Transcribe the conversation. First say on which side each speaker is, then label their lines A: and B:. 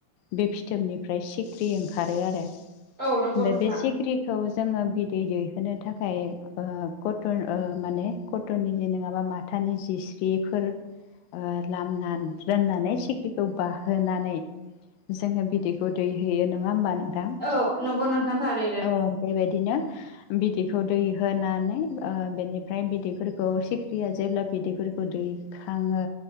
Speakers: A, on the left; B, on the right.
A: बे फिथोबनिफ्राय सिख्रि ओंखा खारो आरो ओमफाय
B: औ नंगौ नोंथां
A: बे सिखिरिखौ जोंओ बि दै दैहोनो थाखाय ओ कटन ओ माने कटननि नङाबा मा थानि जिस्रिफोर ओ लामना दोननानै सिख्रिखौ बाहोनानै जोङो बिदैखौ दैहोयो नङा होमबा नोंथां?
B: औ नंगौ नोंथां थारैनो
A: औ बेबायदिनो बिदैखौ दै होनानै ओ बेनिफ्राय बिदैफोरखौ सिख फ्रिया जेब्ला बिदैफोरखौ दैखाङो